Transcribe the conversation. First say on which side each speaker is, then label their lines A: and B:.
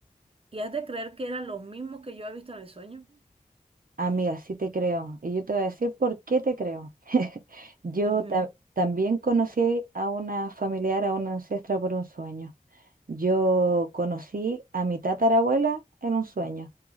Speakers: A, on the right; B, on the right.
A: y has de creer que eran los mismos que yo había visto en el sueño.
B: Amiga, sí te creo. Y yo te voy a decir por qué te creo. <laughs> Yo
A: Ujú.
B: ta- también conocí a una familiar, a una ancestra por un sueño. Yo conocí a mi tatarabuela en un sueño